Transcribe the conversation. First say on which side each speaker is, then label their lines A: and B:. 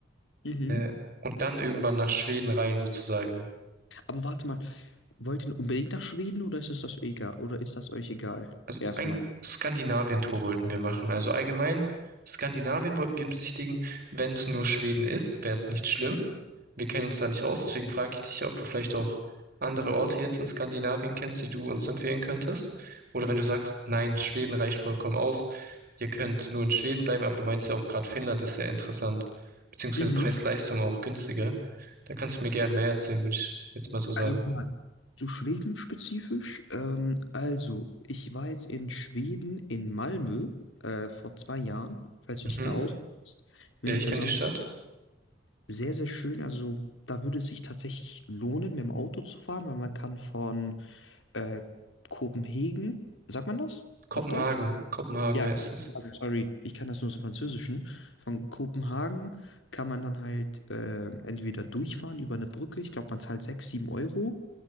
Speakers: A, on the left; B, on the right.
A: mhm.
B: Äh, und dann irgendwann nach Schweden rein sozusagen.
A: Aber warte mal, wollt ihr unbedingt nach Schweden oder ist es das egal? Oder ist das euch egal?
B: Also
A: Erstmal.
B: ein Skandinavien-Tour wollten wir machen. Also allgemein, Skandinavien wollten wir besichtigen. Wenn es nur Schweden ist, wäre es nicht schlimm. Wir kennen uns da nicht aus, deswegen frage ich dich ja, ob du vielleicht auch andere Orte jetzt in Skandinavien kennst, die du uns empfehlen könntest. Oder wenn du sagst, nein, Schweden reicht vollkommen aus, ihr könnt nur in Schweden bleiben, aber du meinst ja auch gerade Finnland ist sehr interessant, beziehungsweise
A: Mhm.
B: Preis-Leistung auch günstiger. Da kannst du mir gern mehr erzählen, würde ich jetzt mal so sagen.
A: Also guck mal. Zu Schweden spezifisch. Ähm, also, ich war jetzt in Schweden in Malmö äh, vor zwei Jahren, falls
B: Mhm.
A: du dich da auskennst, während
B: Ja, ich kenne
A: der Sommer.
B: die Stadt.
A: Sehr, sehr schön. Also, da würde es sich tatsächlich lohnen, mit dem Auto zu fahren, weil man kann von äh, Kopenhagen, sagt man das
B: Kopenhagen.
A: auf Deutsch?
B: Kopenhagen
A: Ja,
B: heißt
A: Kopenhagen,
B: es.
A: sorry. Ich kann das nur so Französischen. Von Kopenhagen kann man dann halt äh, entweder durchfahren über eine Brücke. Ich glaube, man zahlt 6, 7 Euro